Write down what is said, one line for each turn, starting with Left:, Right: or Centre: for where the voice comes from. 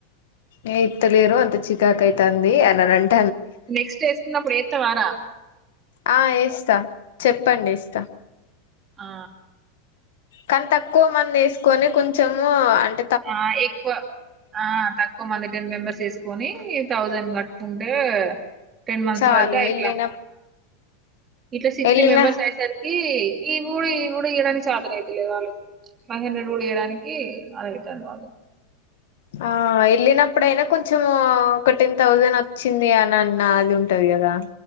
Left: ఏ ఇత్తలేరు అంత చికాకైతాంది అన నంట
Right: నెక్స్ట్ ఏసుకున్నప్పుడు ఏ త్తవారా
Left: ఆ ఇస్తా చెప్పండి ఇస్తా
Right: ఆ
Left: కానీ తక్కువ మంది వేసుకొని కొంచం చమ అంట
Right: ఆ ఎక్కువ ఆ తక్కువ మంది టెన్ మెంబెర్స్ వేసుకొని ఈ థౌజండ్ కట్టుకుంటే టెన్ మంత్స్
Left: చాలు
Right: వరకు అయిట్లా
Left: ఎళ్ళిన
Right: ఇట్లా సిక్స్టీ
Left: ఎళ్ళిన
Right: మెంబర్స్ అయి సారీ ఈ ఈ ఊడి ఈ ఊడి ఇయడానికి చతన అయితలేదు వాళ్ళు ఫైవ్ హండ్రెడ్ ఊడి ఇయడానికి అనిళ్తారు వాళ్ళు
Left: ఆ వెళ్ళినప్పుడైనా కొంచెం ఒక టెన్ థౌజండ్ వచ్చింది అని అన్న అది ఉంటది కదా